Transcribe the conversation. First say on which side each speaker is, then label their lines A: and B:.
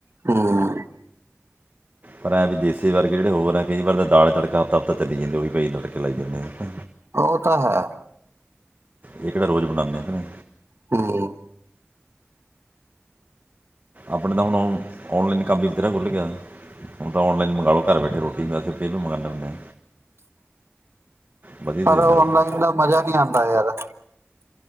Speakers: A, on the right; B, on the right.
A: ਹੂੰ।
B: ਪਰ ਐ‌ ਵੀ ਦੇਸੀ ਵਰਗੇ ਜਿਹੜੇ ਹੋਰ ਆ ਕਈ ਵਾਰ ਦਾਲ ਤੜਕਾ ਹਫ਼ਤਾ-ਹਫ਼ਤਾ ਚੱਲੀ ਜਾਂਦੇ ਆ ਓਹੀ ਪ‌ਏ ਤੜਕੇ ਲਾਈ ਜਾਂਦੇ ਆ।
A: ਓ ਤਾਂ ਹੈ।
B: ਏਹ ਕਿਹੜਾ ਰੋਜ਼ ਬਣਾਦੇ ਕ ਨ‌ਈ।
A: ਹੂੰ।
B: ਆਪਣੇ ਤਾਂ ਹੁਣ ਔਨਲਾਈਨ ਕੰਮ ਵੀ ਵਥੇਰਾ ਖੁੱਲ ਗਿਆ। ਹੁਣ ਤਾਂ ਔਲਾਈਨ ਮੰਗਾਓ ਘਰ ਬੈਠੇ ਰੋਟੀ ਵੀ <unintelligible> ਵੀ ਮੰਗਾਨੇ ਹੁੰਨੇ ਆ। ਵਧੀਆ
A: ਪਰ
B: ਦੇ ਦਿੰਦੇ
A: ਔਨਲਾਈਨ
B: ਰੋਟੀ
A: ਦਾ ਮਜ਼ਾ ਨੀ ਆਦਾ ਯਰ।